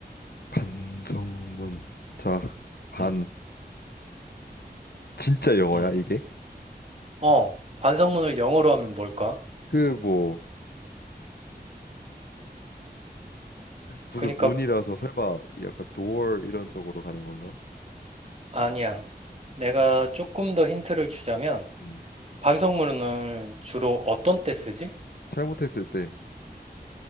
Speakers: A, on the left; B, on the right.
A: 반성문. 자, 반.
B: 음,
A: 진짜 영어야,
B: 음.
A: 이게?
B: 어, 반성문을 영어로 하면 뭘까?
A: 그, 뭐, 무슨
B: 그러니까
A: 문이라서 설마 약간 door 이런 쪽으로 가는 건가?
B: 아니야. 내가 조금 더 힌트를 주자면
A: 음,
B: 반성문을 주로 어떤 때 쓰지?
A: 잘못했을 때,